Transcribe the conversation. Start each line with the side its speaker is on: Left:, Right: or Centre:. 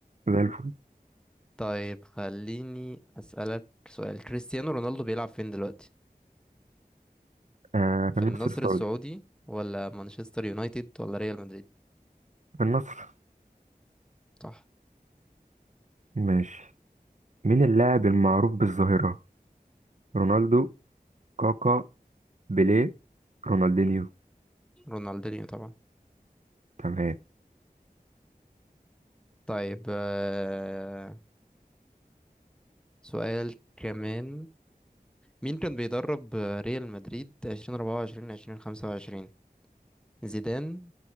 Right: زي الفل
Centre: <laughs> طيب خليني اسألك سؤال كريستيانو رونالدو بيلعب فين دلوقتي
Right: آه
Centre: في
Right: في النصر
Centre: النصر
Right: السعودي
Centre: السعودي ولا مانشستر يونايتد ولا ريال مدريد
Right: في النصر
Centre: صح
Right: ماشي مين اللاعب المعروف بالظاهرة رونالدو كاكا بيليه رونالدينيو
Centre: رونالدينيو طبعا
Right: تمام
Centre: طيب آه، سؤال كمان مين كان بيدرب آه، ريال مدريد 2024 2025 زيدان